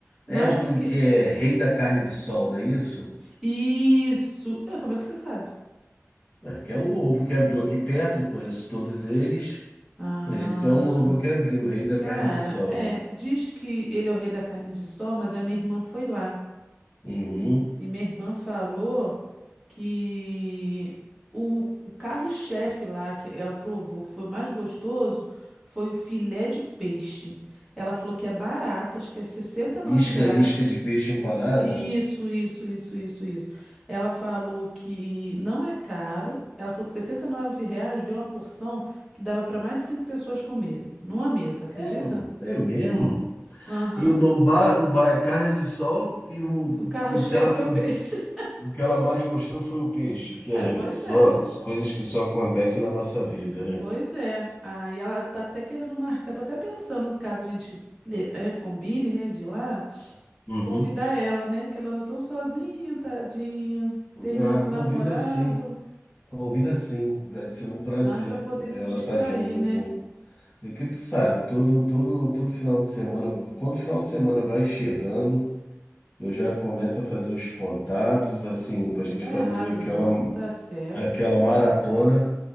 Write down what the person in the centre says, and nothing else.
Mas
tô que...
Isso! É, como é que você sabe?
Ah,
cara,
é, diz que ele é o rei da carne de sol, mas a minha irmã foi lá.
E minha irmã falou que o, o carro-chefe lá que ela provou que foi mais gostoso foi o filé de peixe. Ela falou que é barato, acho que é R$ 69
reais.
Isso, isso, isso, isso, isso. Ela falou que não é caro. Ela falou que R$ 69 reais veio uma porção que dava para mais de cinco pessoas comerem, numa mesa, acredita?
Aham.
O carro-chefe
é o peixe. <laughs>
É,
pois
é, ué.
Pois é. Aí ela tá até querendo marcar, tô até pensando, caso a gente né, é, combine, né, de ir lá,
convidar ela, né, que ela anda tão sozinha, tadinha. Terminou
com
o namorado,
mas pra poder se
distrair,
né?
Tá
errado
não, tá certo.